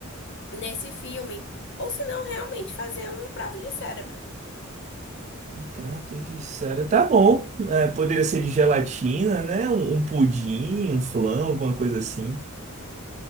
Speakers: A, on the left; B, on the right.
A: nesse filme. Ou se não, realmente fazer um prato de cérebro.
B: Um prato de cérebro. Tá bom. É, poderia ser de gelatina, né? Um, um pudim, um flan, alguma coisa assim.